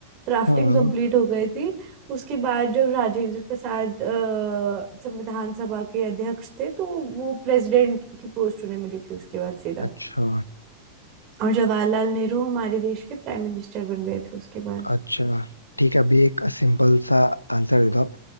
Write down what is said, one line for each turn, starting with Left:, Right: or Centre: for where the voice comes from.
Right: ड्राफ्टिंग
Left: हाँ
Right: कंप्लीट हो गई थी उसके बाद जब राजेंद्र प्रसाद अ, संविधान सभा के अध्यक्ष थे तो वो प्रेसिडेंट की पोस्ट उन्हें मिली थी उसके बाद सीधा
Left: अच्छा
Right: और जवाहरलाल नेहरू हमारे देश के प्राइम मिनिस्टर बन गए थे उसके बाद
Left: अच्छा ठीक है अभी एक सिंपल सा आंसर दे दो आप